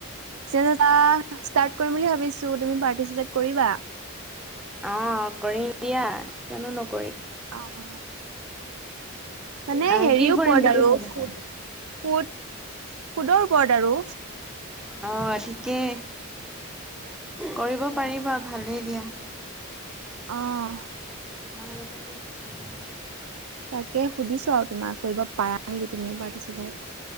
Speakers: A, on the right (about 80°); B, in the centre.
A: চেনেল এটা ষ্টাৰ্ট কৰিম বুলি ভাবিছোঁ। তুমি পাৰ্টিচিপেট কৰিবা?
B: আহ কৰিম দিয়া, কিয়নো নক
A: আহ মানে
B: আহ,
A: হেৰি
B: কি
A: ওপৰত
B: কৰিম বুলি
A: আৰু
B: ভাবিছা?
A: সোত পোত পোদৰ ওপৰত আৰু
B: আহ থিকেই কৰিব পাৰিবা ভালেই দিয়া।
A: অহ'
B: <unintelligible>
A: তাকে সুধিছোঁ আৰু তোমাক কৰিব পাৰা নেকি তুমি পাৰ্টিচিপেট।